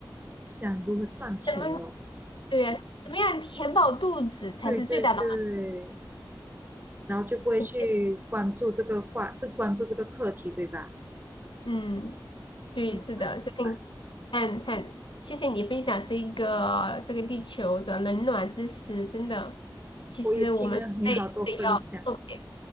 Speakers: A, on the right; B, on the left.
A: 想如何赚钱咯。
B: 怎么？对，呀，怎么样填饱肚子才是最大的满
A: 对对对，然后就不会去关注这个话，
B: 足
A: 这关注这个课题，对吧？
B: 嗯，对，
A: 明白明白，
B: 是的，所以你看看，谢谢你分享这个这个地球的冷暖知识，真的，其实我们人类真的要特别，
A: 我也听了你好多分享，